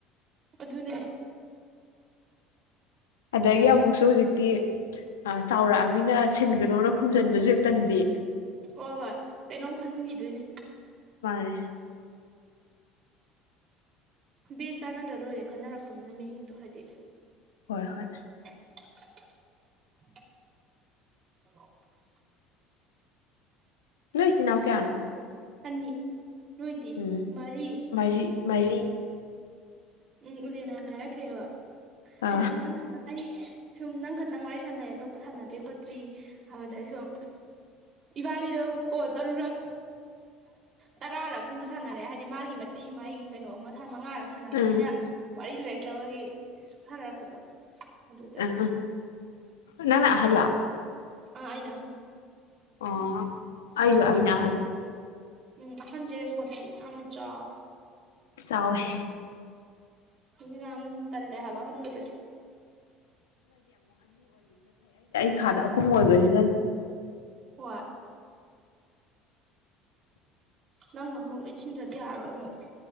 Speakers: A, on the right (about 45°); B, on the left (about 80°).
A: ꯑꯗꯨꯅꯦ
B: ꯑꯗꯒꯤ ꯑꯃꯨꯛꯁꯨ ꯍꯧꯖꯤꯛꯇꯤ ꯆꯥꯎꯔꯛꯑꯝꯅꯤꯅ ꯁꯤꯟꯒꯅꯣꯅ ꯈꯨꯝꯖꯟꯕꯁꯨ ꯍꯦꯛꯇꯟꯕꯤ
A: ꯍꯣꯏ ꯍꯣꯏ ꯀꯩꯅꯣꯝ ꯈꯟꯒꯝꯗꯣꯏꯅꯦ
B: ꯃꯥꯅꯦ
A: ꯕꯦꯒ ꯆꯥꯟꯅꯗ꯭ꯔ ꯂꯣꯏꯔꯦ ꯈꯟꯅꯔꯛꯄꯅꯤꯅ ꯃꯤꯁꯤꯡꯗꯣ ꯍꯥꯏꯗꯤ
B: ꯍꯣꯏ ꯍꯣꯏ
A: <inaudible>
B: ꯅꯣꯏ ꯆꯤꯟꯅꯥꯎ ꯀꯌꯥꯅꯣ
A: ꯑꯅꯤ ꯅꯣꯏꯗꯤ
B: ꯎꯝ
A: ꯃꯔꯤ
B: ꯃꯔꯤ ꯃꯔꯤ
A: ꯎꯝ ꯎꯂꯦꯅꯥꯅ ꯍꯥꯏꯔꯛꯈ꯭ꯔꯦꯕ
B: ꯑ
A: ꯑꯩꯅ ꯅꯪ ꯈꯇꯪ ꯍꯩ ꯁꯨꯝ ꯅꯪ ꯈꯇꯪ ꯋꯥꯔꯤ ꯁꯥꯟꯅꯩ ꯑꯇꯣꯞꯄ ꯁꯥꯟꯅꯗ꯭ꯔꯤ ꯈꯣꯠꯇ꯭ꯔꯤ ꯍꯥꯏꯕꯗꯒꯤ ꯁꯨꯝ ꯏꯕꯥꯅꯤꯗꯣ ꯀꯣ ꯇꯔꯨꯔꯛ ꯇꯔꯥꯔꯛ ꯀꯨꯝꯕ ꯁꯥꯟꯅꯔꯦ ꯍꯥꯏꯗꯤ ꯃꯥꯒꯤ ꯃꯔꯤ ꯃꯥꯒꯤ ꯀꯩꯅꯣ ꯑꯃ ꯃꯉꯥꯔꯛ
B: ꯎꯝ
A: ꯃꯤꯅ ꯋꯥꯔꯤ ꯂꯩꯔꯛꯇꯕꯒꯤ ꯁꯨꯝ ꯁꯥꯟꯅꯔꯛꯄꯗꯣ ꯑꯗꯨꯗ
B: ꯎꯝ ꯎꯝ ꯅꯪꯅ ꯑꯍꯟꯂ
A: ꯑꯥ ꯑꯩꯅ ꯑꯍꯟꯅꯦ
B: ꯑꯣ ꯑꯩꯁꯨ ꯑꯩꯅ ꯑꯍꯜꯅꯦ
A: ꯎꯝ ꯑꯍꯟꯖꯦ ꯔꯦꯁꯄꯣꯟꯁꯤꯕꯤꯂꯤ ꯌꯥꯝꯅ ꯆꯥꯎꯋꯦ
B: ꯆꯥꯎꯋꯦ
A: ꯏꯔꯝ ꯇꯟꯂꯦ ꯍꯥꯕ ꯑꯍꯟ ꯑꯣꯏꯕꯁꯦ
B: ꯊꯥꯗ ꯑꯍꯨꯝ ꯑꯣꯏꯕꯅꯤꯅ
A: ꯍꯣꯏ <inaudible> ꯅꯪꯅ ꯑꯃꯨꯛ ꯂꯣꯏ ꯁꯤꯟꯗ꯭ꯔꯗꯤ ꯌꯥꯔꯔꯣꯏ ꯑꯃꯨꯛ